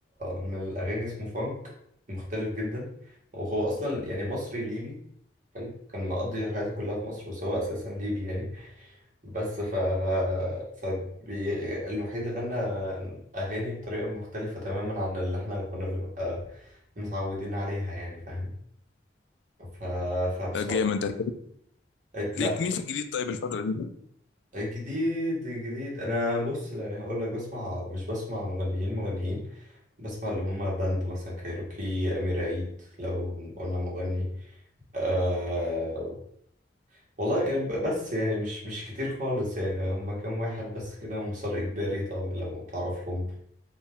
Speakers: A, on the right; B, on the left.
A: من الاغاني اسمه فانك مختلف جدا وهو اصلا يعني مصري ليبي حلو كان مقضي حياته كلها في مصر بس هو اساسا ليبي يعني بس ف فبي... الوحيد غنى أغاني بطريقة مختلفة تماما عن اللي احنا كنا بنبقى متعودين عليها يعني فاهم ف... فبصراحة
B: لا جامد انت
A: لا
B: ليك مين في الجديد طيب الفتره دي
A: جديد جديد أنا بص يعني هقول لك بسمع مش بسمع مغنيين مغنيين بسمع اللي هم باند مثلا كايروكي أمير عيد لو قلنا مغني آه والله يعني ب- بس يعني مش مش كتير خالص يعني هم كام واحد بس كده ومسار إجباري طبعا لو تعرفهم